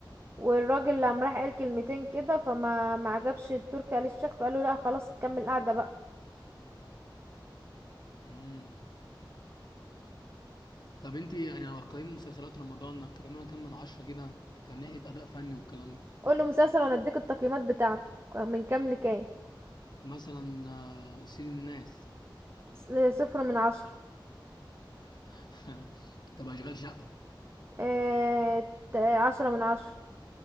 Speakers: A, on the right; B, on the left.
A: والراجل لما راح قال كلمتين كده فما ما عجبش تركي آل الشيخ فقال له لا خلاص كمل قاعدة بقى
B: امم طب انت يعني لو هتقيمي مسلسلات رمضان هتقيمها كام من عشرة كده كان ناحية أداء فني والكلام ده
A: قول لي مسلسل وانا اديك التقييمات بتاعته من كام لكام
B: مثلا آه، سيد الناس
A: س- صفر من عشرة
B: <laughs> طب أشغال شقة
A: آه... ت- عشرة من عشرة